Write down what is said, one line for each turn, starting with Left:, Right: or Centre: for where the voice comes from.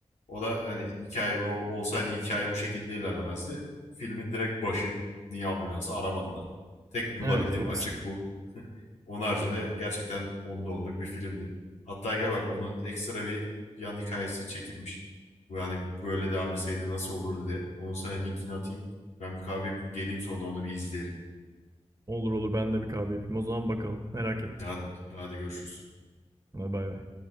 Left: o da hani hikaye o, olsaydı hikaye bu şekilde ilerlemezdi. Filmin direkt başı. Niye ambulansı aramadılar? Tek bulabildiğim
Right: Evet o
Left: açık
Right: kısım.
Left: bu. Onun haricinde gerçekten onda onluk bir filmdi. Hatta gel bak onun ekstra bir yan hikayesi çekilmiş. Bu yani böyle devam etseydi nasıl olurdu diye. Onun sana linkini atayım. Ben bir kahve yapıp geleyim sonra onu bir izleyelim.
Right: Olur olur ben de bir kahve yapayım. O zaman bakalım. Merak ettim.
Left: Hadi, hadi görüşürüz.
Right: Hadi bay bay.